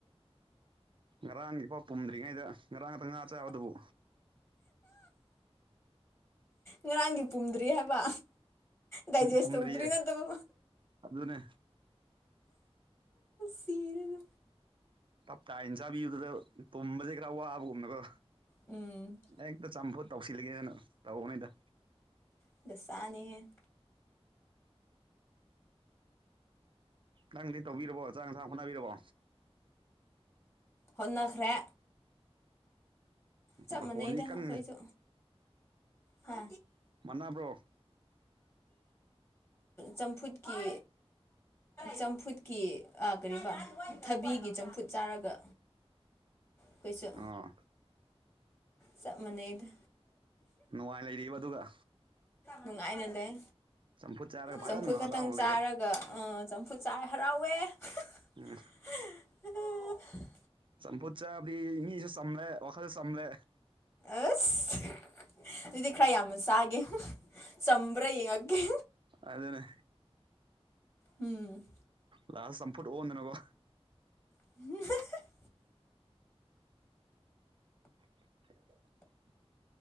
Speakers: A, on the right (about 50°); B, on the left (about 25°).
A: ꯉꯔꯥꯡꯒꯤ ꯐꯥꯎ ꯄꯨꯝꯗ꯭ꯔꯤꯉꯩꯗ ꯉꯥꯛꯇ ꯉꯥ ꯆꯥꯕꯗꯨꯕꯨ
B: ꯉꯔꯥꯡꯒꯤ ꯄꯨꯝꯗ꯭ꯔꯤ ꯍꯥꯏꯕ ꯗꯥꯏꯖꯦꯁ
A: ꯄꯨꯝꯗ꯭ꯔꯤꯌꯦ
B: ꯇꯧꯗ꯭ꯔꯤ ꯅꯠꯇꯕ
A: ꯑꯗꯨꯅꯦ
B: ꯁꯤꯔꯦꯗ
A: ꯇꯞꯇꯥꯢꯅ ꯆꯥꯕꯤꯕꯗ ꯄꯨꯝꯕꯁꯦ ꯈꯔ ꯋꯥꯕꯒꯨꯝꯅꯀꯣ
B: ꯎꯝ
A: ꯑꯦꯛꯇ ꯆꯝꯐꯨꯠ ꯇꯧꯁꯤꯜꯂꯒꯦꯅ ꯇꯧꯕꯅꯤꯗ
B: ꯁꯤꯗ ꯆꯥꯅꯤꯡꯉꯦ
A: ꯅꯪꯗꯤ ꯇꯧꯕꯤꯔꯕꯣ ꯆꯥꯛ ꯏꯟꯁꯥꯡ ꯍꯣꯠꯅꯕꯤꯔꯕꯣ
B: ꯍꯣꯠꯅꯈ꯭ꯔꯦ ꯆꯞ
A: ꯃꯈꯣꯟꯗꯤ
B: ꯃꯥꯟꯅꯩꯗ
A: ꯀꯟ
B: ꯑꯩꯈꯣꯏꯁꯨ ꯍꯥ
A: ꯃꯥꯟꯅꯥꯕ꯭ꯔꯣ
B: ꯆꯝꯐꯨꯠꯀꯤ ꯆꯝꯐꯨꯠꯀꯤ ꯑ ꯀꯔꯤꯕ ꯊꯕꯤꯒꯤ ꯆꯝꯐꯨꯠ ꯆꯥꯔꯒ ꯑꯈꫭꯏꯁꯨ
A: ꯑꯣ
B: ꯆꯞ ꯃꯅꯩꯗ
A: ꯅꯨꯡꯉꯥꯏ ꯂꯩꯔꯤꯕ ꯑꯗꯨꯒ
B: ꯅꯨꯡꯉꯥꯏꯅ ꯂꯩ
A: ꯆꯝꯐꯨꯠ ꯆꯥꯔꯒ ꯐꯖꯅ
B: ꯆꯝꯐꯨꯠ ꯈꯛꯇꯪ
A: ꯍꯔꯥꯎꯅ
B: ꯆꯥꯔꯒ
A: ꯂꯩꯕ
B: ꯐꯨꯠꯆꯥꯏ ꯍꯔꯥꯎꯋꯦ <unintelligible>
A: ꯎꯝ ꯆꯝꯐꯨꯠ ꯆꯕꯗꯤ ꯃꯤꯁꯨ ꯆꯝꯂꯦ ꯋꯥꯈꯜꯁꯨ ꯆꯝꯂꯦ
B: ꯑꯁ ꯑꯗꯨꯗꯤ ꯈꯔ ꯌꯥꯝꯅ ꯆꯥꯒꯦ ꯆꯝꯕ꯭ꯔꯥ ꯌꯦꯡꯉꯛꯒꯦ
A: ꯑꯗꯨꯅꯦ
B: ꯎꯝ
A: ꯂꯥꯁ ꯆꯝꯐꯨꯠ ꯑꯣꯟꯗꯅꯀꯣ
B: <unintelligible>
A: <inaudible>